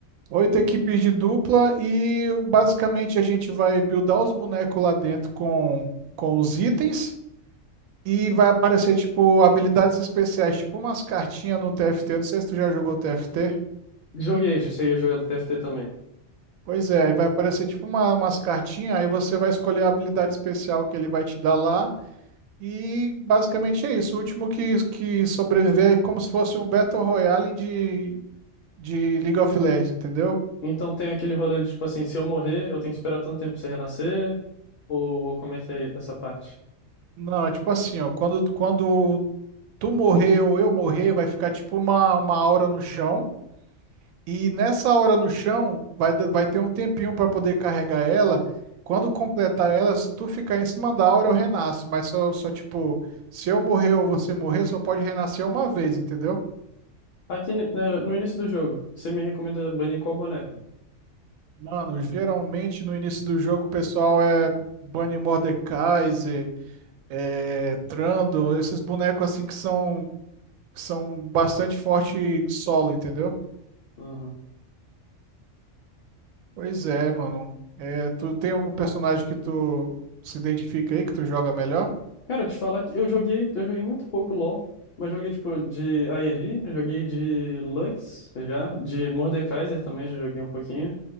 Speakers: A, on the right (about 80°); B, on the left (about 60°).
A: Oito equipes de dupla e basicamente a gente vai buildar os bonecos lá dentro com, com os itens e vai aparecer, tipo, habilidades especiais, tipo umas cartinhas no TFT. Não sei se tu já jogou TFT.
B: joguei, você ia jogar do TFT também.
A: Pois é, aí vai aparecer tipo uma- umas cartinhas, aí você vai escolher a habilidade especial que ele vai te dar lá. E basicamente é isso. O último que, que sobreviver é como se fosse um Battle Royale de, de League of Legends, entendeu?
B: Então tem aquele rolê de, tipo assim, se eu morrer, eu tenho que esperar tanto tempo pra você renascer, ou, ou como é que é essa parte?
A: Não, é tipo assim, ó, quando, quando tu morrer ou eu morrer, vai ficar tipo uma, uma aura no chão. E nessa hora no chão, vai, da- vai ter um tempinho para poder carregar ela. Quando completar ela, se tu ficar em cima da aura, eu renasço. Mas só, só tipo, se eu morrer ou você morrer, só pode renascer uma vez, entendeu?
B: Aqui né, no início do jogo, você me recomenda banir qual boneco?
A: Mano, geralmente no início do jogo o pessoal é Bunny Mordekaiser, é Trundle, esses bonecos assim que são, que são bastante forte solo, entendeu?
B: Uhum.
A: Pois é, mano. É, tu tem algum personagem que tu se identifica aí, que tu joga melhor?
B: Cara, te falar que eu joguei, eu joguei muito pouco LoL, mas joguei tipo de Airi, joguei de Lux já, de Mordekaiser também já joguei um pouquinho.